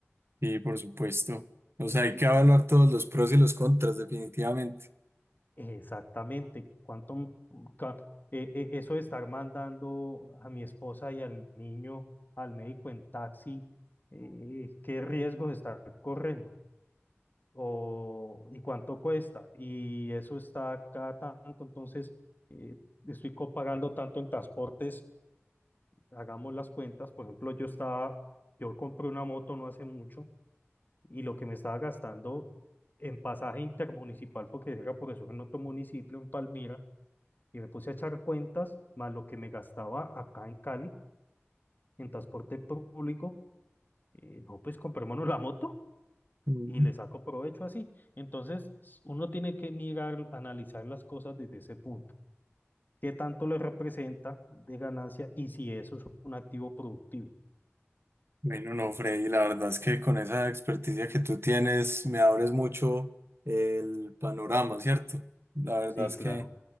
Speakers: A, on the right; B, on the left.
A: Y por supuesto. O
B: Eh,
A: sea, hay que evaluar todos los pros y los contras, definitivamente.
B: exactamente, cuánto, m- ca- eh, eh, eso de estar mandando a mi esposa y al niño al médico en taxi, eh, qué riesgos está corriendo o, y cuánto cuesta, y eso está cada tanto, entonces eh, estoy co- pagando tanto en transportes hagamos las cuentas, por ejemplo, yo estaba, yo compré una moto no hace mucho y lo que me estaba gastando en pasaje intermunicipal, porque era profesor en otro municipio, en Palmira, y me puse a echar cuentas, más lo que me gastaba acá en Cali, en transporte público, eh, no, pues comprémonos la moto
A: Mm.
B: y le saco provecho así. Entonces, s- uno tiene que mirar, analizar las cosas desde ese punto. ¿Qué tanto le representa de ganancia y si eso es un activo productivo?
A: Bueno, no, Freddy, la verdad es que con esa experticia que tú tienes, me abres mucho el panorama, ¿cierto? La verdad
B: Sí,
A: es
B: claro.
A: que